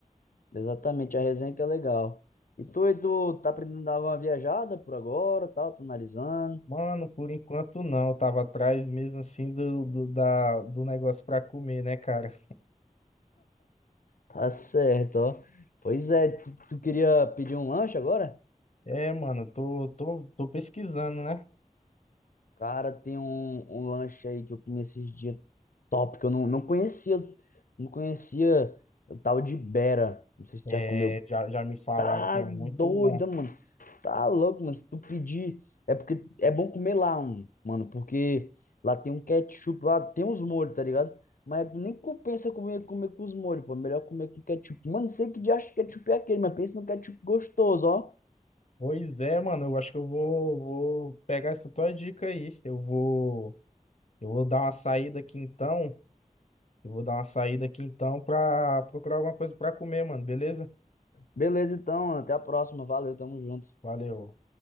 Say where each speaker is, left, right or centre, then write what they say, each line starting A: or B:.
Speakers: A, on the left (about 80°); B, on the left (about 55°).
A: Exatamente, a resenha que é legal. E tu, e tu tá aprendendo a dar uma viajada por agora, tal, tô analisando.
B: Mano, por enquanto não. Eu tava atrás mesmo assim do, do, da, do negócio pra comer, né, cara?
A: Tá certo, ó. Pois é, tu, tu queria pedir um lanche agora?
B: É, mano, tô, tô, tô pesquisando, né?
A: Cara, tem um, um lanche aí que eu comi esses dias top, que eu não, não conhecia, não conhecia o tal de Bera. Não sei se tu
B: É,
A: já comeu.
B: já, já me falaram
A: Tá
B: que é
A: doido,
B: muito bom.
A: mano. Tá louco, mano. Se tu pedir, é porque é bom comer lá, um, mano, porque lá tem um ketchup, lá tem uns molhos, tá ligado? Mas nem compensa comer, comer com os molhos, pô. É Melhor comer com ketchup. Mano, não sei que diacho de ketchup é aquele, mas pensa no ketchup gostoso, ó.
B: Pois é, mano, eu acho que eu vou, vou pegar essa tua dica aí. Eu vou, eu vou dar uma saída aqui então. Eu vou dar uma saída aqui então pra procurar alguma coisa pra comer, mano, beleza?
A: Beleza, então, até a próxima. Valeu, tamo junto.
B: Valeu.